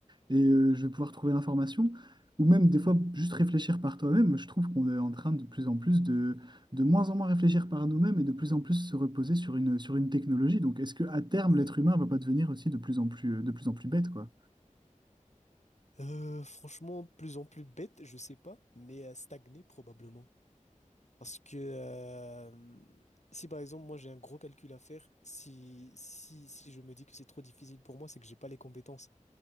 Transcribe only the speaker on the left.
Mhm.
Ouais.
Euh, franchement, plus en plus bête, je sais pas, mais euh, stagner probablement. Parce que euh, si par exemple moi j'ai un gros calcul à faire, si si si je me dis que c'est trop difficile pour moi, c'est que j'ai pas les compétences.